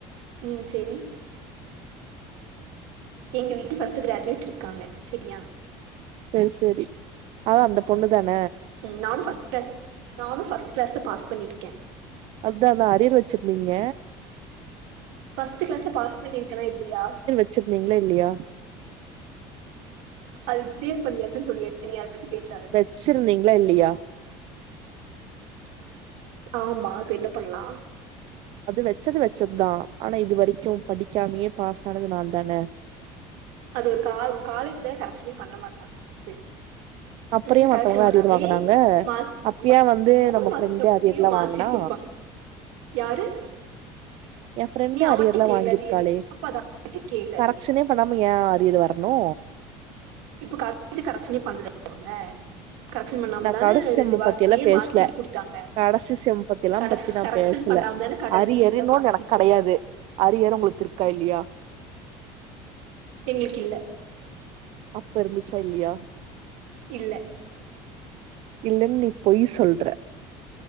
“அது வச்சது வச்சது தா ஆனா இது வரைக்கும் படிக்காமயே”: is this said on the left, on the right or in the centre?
Right